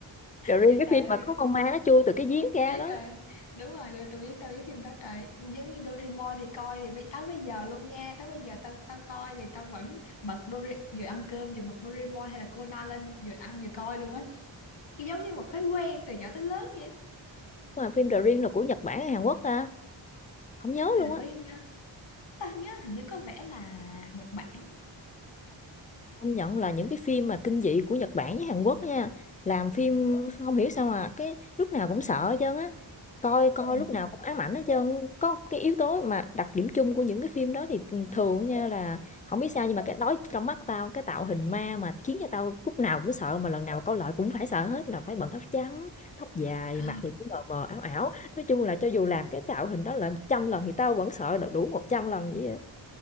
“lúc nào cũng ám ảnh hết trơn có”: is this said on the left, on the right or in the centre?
Left